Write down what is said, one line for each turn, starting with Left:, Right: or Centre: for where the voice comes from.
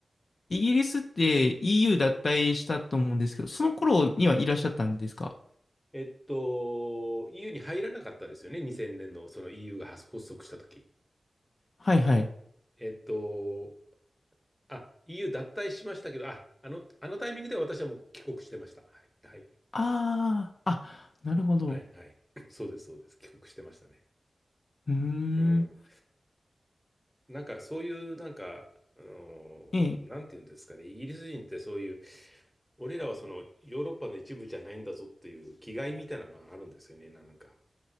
Left: イギリスって EU 脱退したと思うんですけど、その頃にはいらっしゃったんですか
Centre: えっと、EU に入らなかったですよね。2000年のその EU が発発足した時
Left: はいはい。
Centre: えっと、あ、EU 脱退しましたけど、あ、あの、あのタイミングで私はもう帰国してました。はい。はい。
Left: ああ、あ、なるほど。
Centre: はい。はい。<laughs> そうです、そうです。帰国してましたね。
Left: うーん。
Centre: うん。なんかそういうなんか、あのーなんていうんですかね、
Left: ええ。
Centre: イギリス人ってそういう、俺らはそのヨーロッパの一部じゃないんだぞっていう気概みたいなのがあるんですよね、なんか。